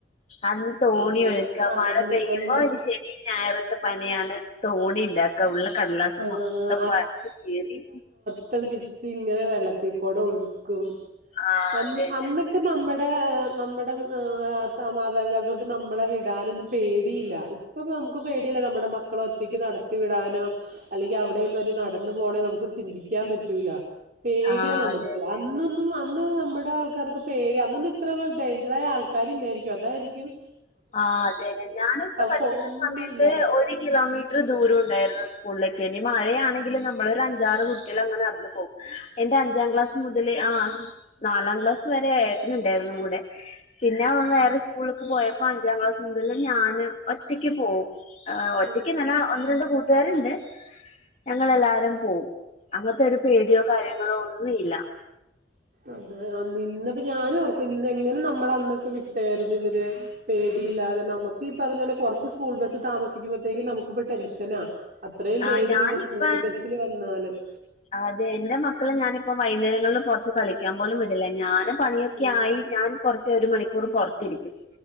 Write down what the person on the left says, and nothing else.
അന്ന് തോണി
ഒഴുക്ക
മഴ പെയ്യുമ്പോ
ഒരു ശനി ഞായറത്തെ പണിയാണ് തോണി ഇണ്ടാക്ക ഉള്ള കടലാസ്
മൊത്തം പരത്തി കീറി.
ആ
അതന്നെ
ആ
അതന്നെ
ആഹ് അതെന്നെ ഞാനൊക്ക പഠിക്ക്യുന്ന
സമയത്ത് ഒരു കിലോമീ റ്റർ ദൂരുവുണ്ടായിരുന്നു സ്കൂൾലേക്ക് എനി മഴയാണെങ്കിലും നമ്മളൊരഞ്ചാറ് കുട്ട്യളങ് നടന്ന് പോവും. എന്റെ അഞ്ചാം ക്ലാസ് മുതല് ആ നാലാം ക്ലാസ് വരെ ഏട്ടനുണ്ടായിരുന്നു കൂടെ. പിന്നെ അവൻ
വേറെ സ്കൂൾലേക്ക് പോയപ്പൊ അഞ്ചാം ക്ലാസ് മുതല് ഞാന് ഒറ്റയ്ക്ക് പോവും. ആ ഒറ്റയ്ക്ക്ന്നല്ല
ഒന്ന് രണ്ട് കൂട്ടുകാരുണ്ട്. ഞങ്ങളെല്ലാരും പോവും അങ്ങൻത്തെരു പേടിയോ കാര്യങ്ങളോ ഒന്നും ഇല്ല.
ആഹ്
ഞാനിപ്പ
അതെ എന്റെ മക്കളെ ഞാനിപ്പം വൈന്നേരങ്ങളിൽ പൊറത്ത് കളിക്കാൻ പോലും വിടില്ല ഞാനും. പണിയൊക്കെ
ആയി ഞാൻ കൊറച്ച് ഒരു മണിക്കൂർ പൊറത്തിരിക്കും.